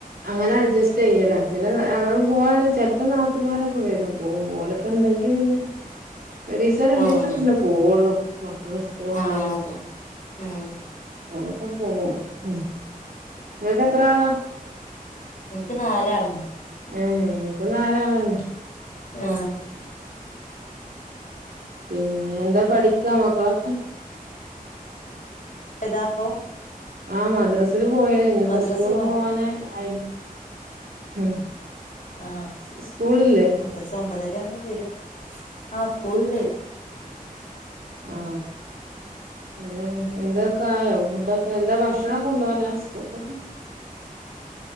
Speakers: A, on the right; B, on the left.
A: അങ്ങനെ അഡ്ജസ്റ്റ് ചെയ്യല പിന്നെ ഞങ്ങള് പോവാണേ ചെലപ്പോ നാത്തൂമാരൊക്കെ വരും പോവുമ്പം ഒലൊക്കെണ്ടെങ്കി പിന്നെ ഒരീസോ രണ്ടീസോ
B: ആഹ്
A: പിന്നെ പോവുള്ളൂ ക്കള് സ്‌കൂളുണ്ടായാൽ
B: ആഹ് അതെ ഉം
A: <unintelligible> പോവും മ് ങ്ങക്കെത്ര ആളാ?
B: ൻക്ക് നാലാള
A: ഏ ൻക്കും നാലാളെന്നെ
B: ആ
A: പിന്നെ എന്താ പഠിക്കുവാ മക്കളൊക്കെ?
B: ഇതാപ്പം
A: ആ മദ്രസ്സ് നു പോയതാ ഇഞ്
B: മദ്രസ്
A: സ്കൂളു
B: പോ
A: പോകാൻ ആയി ഉം
B: ആ
A: സ് സ്കൂളില്ലേ
B: മദ്രസ്സ് ഒമ്പതര <unintelligible> വരും. ആ സ്കൂളുണ്ട്.
A: ആ അത് തന്നെ. എന്തൊക്കായോ ഫുഡ് ഒക്കെ. എന്താ ഭക്ഷണം കൊണ്ട് പോലാ സ്കൂളി